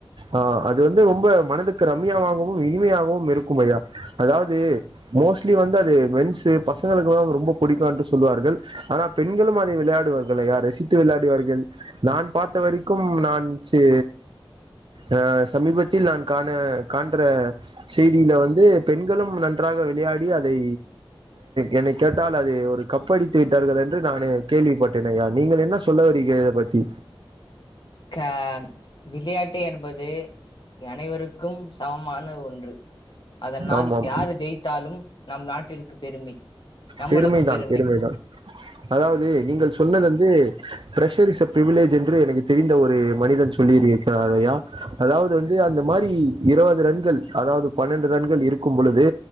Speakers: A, on the right; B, on the left.
A: ஆ அது வந்து ரொம்ப மனதுக்கு ரம்யாவாகவும் இனிமையாகவும் இருக்கும் ஐயா அதாவது மோஸ்ட்லி வந்து அது மென்சு பசங்களுக்குல்லாம் ரொம்ப புடிக்கும் என்று சொல்வார்கள் ஆனா பெண்களும் அதை விளையாடுவார்கள் ஐயா ரசித்து விளையாடுவார்கள் நான் பாத்த வரைக்கும் நான் சு ஆ சமீபத்தில் நான் காண காண் கின்ற செய்தியில வந்து பெண்களும் நன்றாக விளையாடி அதை என்னை கேட்டால் அது ஒரு கப்படித்து விட்டார்கள் என்று நானு கேள்விப்பட்டேன் ஐயா நீங்கள் என்ன சொல்ல வரீக இத பத்தி
B: க விளையாட்டு என்பது அனைவருக் க்கும் சமமான ஒன்று அதனால்
A: ஆமாம்
B: யார் ஜெயித் த்தாலும் நம் நாட்டிற்கு பெருமை நம்மளுக்கு
A: பெருமைதான்
B: பெருமை
A: பெருமைதான் அதாவது நீங்கள் சொன்னது வந்து பிரஷர்ஸ் இஸ் சா பிரிவிலேஜ் என்று எனக்கு தெரிந்த ஒரு மனிதன் சொல்லியிருக் கிறார் ஐயா அதாவது வந்து அந்த மாரி இருவது ரன்கள் அதாவது பன்னெண்டு ரன்கள் இருக்கும் பொழுது